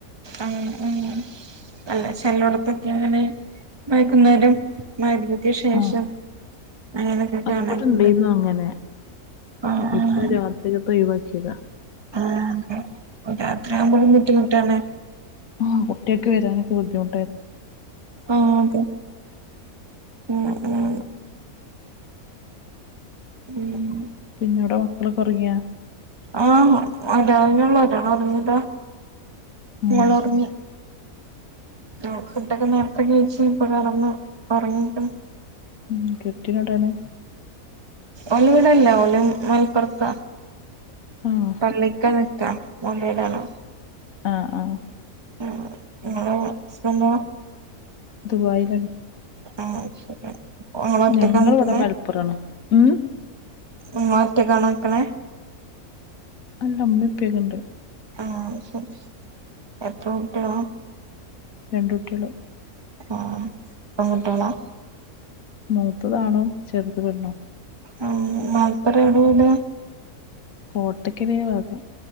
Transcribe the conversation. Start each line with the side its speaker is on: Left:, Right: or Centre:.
Right: ഉം ഉം അല്ല ചെലയിടത്തൊക്കെ ഇങ്ങനെ വൈകുന്നേരം മഗ്‌രിബ്ക്ക് ശേഷം
Left: ആഹ്
Right: അങ്ങനൊക്കെ
Left: ആഹ്
Right: കാണലുണ്ട്
Left: ഇവടെ ഇണ്ടായിരുന്നു അങ്ങനെ
Right: ആഹ് ആഹ്
Left: ഇപ്പൊ രാത്രിക്കത്ത ഒഴിവാക്കിയതാ
Right: ആഹ് അതേ രാത്രിയാവുമ്പോ ബുദ്ധിമുട്ടാണ്
Left: ആഹ് കുട്ടിയൊക്കെ വരാനൊക്കെ ബുദ്ധിമു
Right: ആഹ് അതെ ഉം ഉം ഉം
Left: പിന്നെ അവടെ മക്കളൊക്കെ ഒറങ്ങിയ
Right: ആഹ് ഉണ്ട് വല്ല്യോളതാ ഒർങ്ങീതാ.
Left: ഉം
Right: മോള് ഒറങ്ങിയ ആഹ് ഫുടൊക്കെ നേരത്തെ കഴിച്ച് ഇപ്പതാ എറങ്ങ് ഒറങ്ങീക്ക്ണ്.
Left: ഉം കെട്ടിയൊന് ഒടേണ്
Right: ഓല് ഇവടെല്ല ഓല് മലപ്പുറത്ത
Left: ആഹ്
Right: പള്ളിക്ക നിക്ക മോല്യരാണ്
Left: ആഹ് ആഹ്
Right: ഉം ഇങ്ങളോ ഹസ്ബന്റോ
Left: ദുബായിലാണ്
Right: ആഹ് ശരി ഇങ്ങള് ഒറ്റക്കാ
Left: ഞങ്ങള്
Right: നിക്കുന്നെ
Left: ഇവ്ടെ മലപ്പുറ ആണ്. ഉം
Right: ഉമ്മ ഒറ്റയ്ക്കാണോ നിക്കണേ
Left: അല്ല ഉമ്മി ഉപ്പയൊക്കെ ഇണ്ട്.
Right: ആഹ് അഹ് ശെരി എത്ര കുട്ടിളാ?
Left: രണ്ട് കുട്ടിള്.
Right: ആഹ് പെൺ കുട്ട്യാളാ
Left: മൂത്തത് ആണും, ചെറുത് പെണ്ണും.
Right: ആ മലപ്പുറം എവിടെ വീട്?
Left: കോട്ടക്കൽ ഏഹ് ഭാഗം